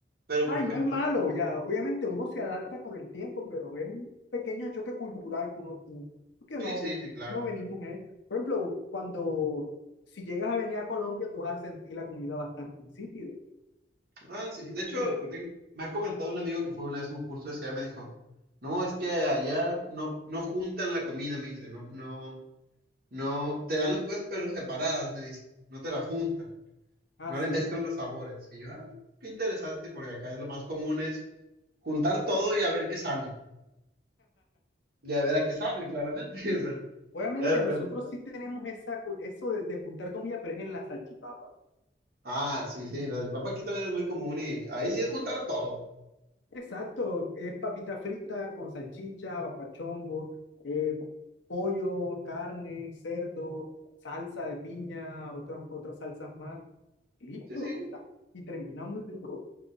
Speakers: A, on the right (about 50°); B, on the left (about 70°).
A: pero,
B: Ay,
A: por ejemplo,
B: no es malo, ya. Obviamente uno se adapta con el tiempo, pero es un pequeño choque cultural que uno tiene, porque
A: sí,
B: no,
A: sí, sí, claro.
B: no venimos en, Por ejemplo, cuando, si llegas a venir a Colombia, tú vas a sentir la comida bastante insípida.
A: Ah, sí.
B: Tú dirás
A: De hecho,
B: como que,
A: ten- me ha comentado un amigo que fue una vez a un curso de ciudad, me dijo, no, es que allá no, no juntan la comida, me dice, no, no, no, te dan las cosas pero separadas, me dice, no te la juntan,
B: ah,
A: no
B: sí.
A: le mezclan los sabores. Y yo, ah, qué interesante, porque acá es lo más común es juntar todo y a ver qué sale, y a ver a qué sabe, claramente, <laughs> o sea,
B: Obviamente
A: ya depende.
B: nosotros sí tenemos esa, cul- eso de, de juntar comida, pero es en la salchipapa.
A: Ah, sí, sí, la salchipapa aquí también es muy común y ahí sí es juntar todo.
B: Exacto, es papita frita con salchicha, papachongo, eh, pollo, carne, cerdo, salsa de piña, otras, otras salsas más. Listo,
A: Sí, sí,
B: y, está- y termina muy rico.